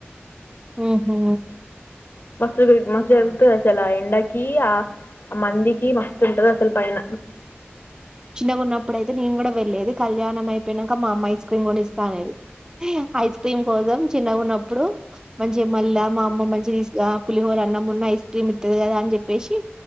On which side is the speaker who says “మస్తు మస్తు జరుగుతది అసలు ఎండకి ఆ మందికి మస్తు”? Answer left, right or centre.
Left